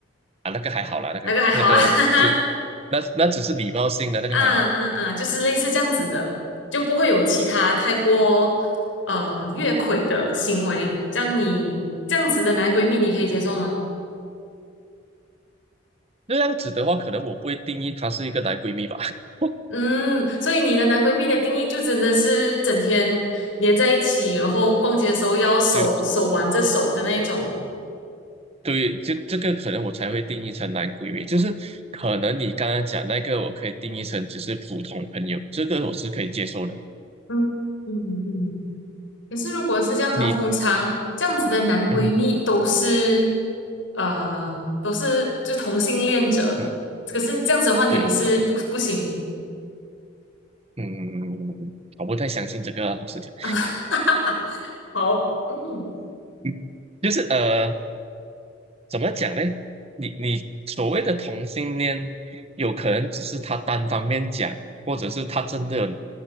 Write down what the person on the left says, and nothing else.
那个还好啊，<laughs> 哈哈，
啊啊啊，就是类似这样子的，就不会有其他太过呃越轨的行为。这样你这样子的男闺蜜，你可以接受吗？
嗯，所以你的男闺蜜的定义就真的是整天黏在一起，然后逛街的时候要手手挽着手的那一种。
嗯嗯嗯。可是如果是这样子的话，
通常这样子的男闺蜜都是
呃都是就同性恋者，
可是这样子的话你也是不不行。
<laughs> 好，嗯